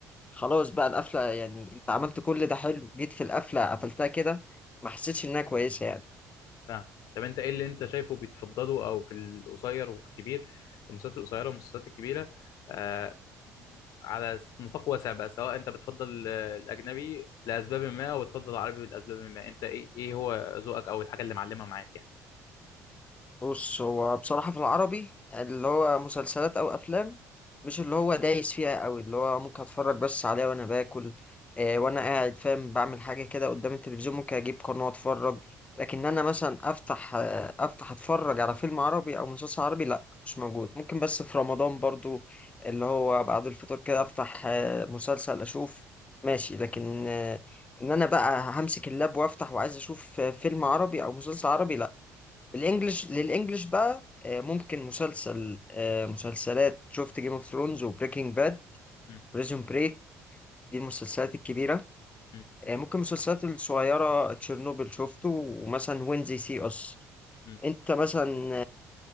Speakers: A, on the left; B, on the left.
A: خلاص بقى القفلة يعني انت عملت كل ده حلو جيت في القفلة قفلتها كده ما حسيتش انها كويسة يعني
B: فاهم طب انت ايه اللي انت شايفه بتفضله او في القصير وفي الكبير في المسلسلات القصيره والمسلسلات الكبيره آه على نطاق واسع بقى سواء انت بتفضل آه، الاجنبي لاسباب ما او بتفضل العربي لاسباب ما انت ايه ايه هو ذوقك او الحاجه اللي معلمه معاك يعني
A: بص هو بصراحة في العربي اللي هو مسلسلات أو أفلام مش اللي هو دايس فيها أوي اللي هو ممكن أتفرج بس عليها وأنا باكل آه وأنا قاعد فاهم بعمل حاجة كده قدام التلفزيون ممكن أجيب قناة وأتفرج لكن أنا مثلا أفتح آه أفتح أتفرج على فيلم عربي أو مسلسل عربي لأ مش موجود ممكن بس في رمضان برضو اللي هو بعد الفطور كده أفتح آه مسلسل أشوف ماشي لكن آه إن أنا بقى همسك اللاب وأفتح وعايز أشوف آه، فيلم عربي أو مسلسل عربي لأ الانجليش للانجليش بقى آه، ممكن مسلسل آه، مسلسلات شفت جيم اوف ثرونز وبريكنج باد
B: م-
A: بريزون بريك دي المسلسلات الكبيرة
B: م-
A: آه، ممكن المسلسلات الصغيرة تشيرنوبل شفته ومثلا وينزي سي اس
B: م-
A: انت مثلا